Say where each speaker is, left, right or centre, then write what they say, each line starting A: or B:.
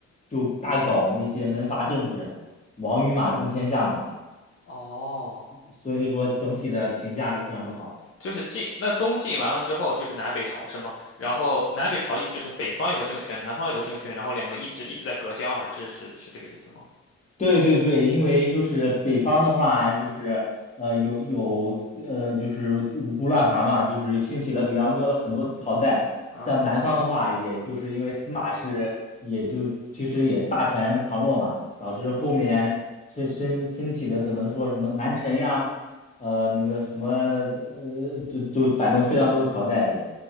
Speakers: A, on the left; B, on the left.
A: 就大搞那些门阀政治。王与马共天下嘛，
B: 哦，
A: 所以说整体的评价都非常不好。
B: 就是晋，那东晋完了之后就是南北朝是吗？然后南北朝意思就是北方有个政权，南方有个政权，然后两个一直一直在隔江而治，是是这个意思吗？
A: 对对对，因为就是北方的话，就是呃有有呃就是五胡乱华嘛，就是兴起了比较多的很多朝代。
B: 嗯，
A: 像南方的话，也就是因为司马氏也就其实也大权旁落嘛，导致后面是兴兴起的可能说什么南陈呀，呃那个什么呃就就反正非常多朝代一样。